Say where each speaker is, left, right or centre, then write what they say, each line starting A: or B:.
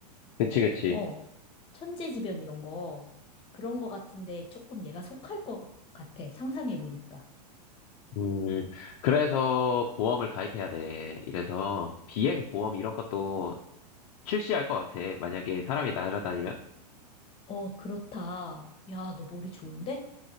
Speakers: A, on the left (about 50°); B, on the left (about 25°).
A: 그치 그치
B: 어, 천재지변 이런 거. 그런 거 같은데 조금 얘가 속할 것 같아. 상상해 보니까.
A: 음, 그래서 보험을 가입해야 돼. 이래서 비행 보험 이런 것도 출시할 것 같아. 만약에 사람이 날아다니면.
B: 어, 그렇다. 야, 너 머리 좋은데?